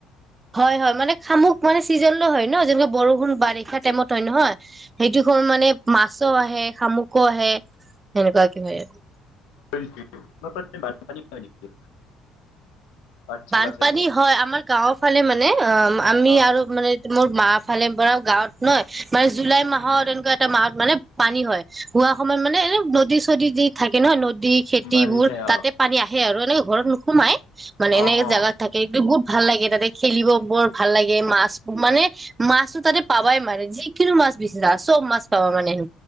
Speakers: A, on the right; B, on the left.
A: হয় হয় মানে খামুক মানে চিজন ল হয় ন যেনেকে বৰষুণ বাৰিষা টাইমত হয় নহয় সেইটো হল মানে মা আহে শামুকো আহে সেনেকুৱা কে হয় আৰু
B: <inaudible> বানপানী হয় নেকি পাঠশালা
A: বানপানী
B: চাইডে
A: হয় আমাৰ গাঁওৰ ফালে মানে অ আমি
B: অ
A: আৰু মানে মোৰ মা ফালে পৰাও গাঁৱত নহয় মানে জুলাই মাহত এনেকুৱা এটা মাহত মানে পানী হয় হোৱা সময়ত মানে এনে নদী চদী দি থাকে নহয় নদী খেতি
B: বাঢ়ি
A: বোৰ
B: যায় অ
A: তাতে পানী আহে আৰু এনেক ঘৰত নোসোমাই মান এনকে
B: অ অ
A: জেগাত থাকে <unintelligible> ভাল লাগে তাতে খেলিব বৰ ভাল লাগে, মাছ মানে মাছো তাতে পাবাই মানে যিকোনো মাছ বিচিৰা চব মাছ পাবা মানে